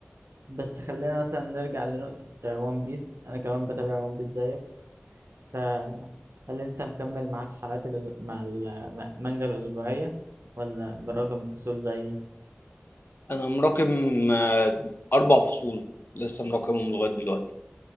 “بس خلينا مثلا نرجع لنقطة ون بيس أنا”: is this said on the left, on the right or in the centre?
Right